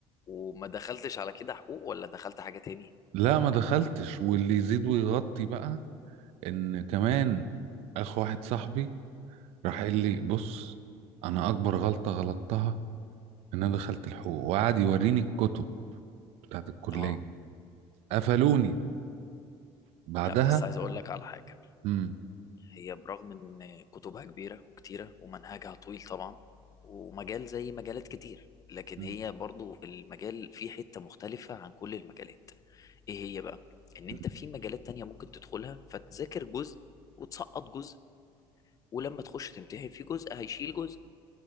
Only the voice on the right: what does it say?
لا ما دخلتش واللي يزيد ويغطي بقى إن كمان أخ واحد صاحبي راح قال لي بص أنا أكبر غلطة غلطتها إن أنا دخلت الحقوق وقعد يوريني الكتب بتاعت الكلية
قفلوني بعدها
مم.
مم.
مم.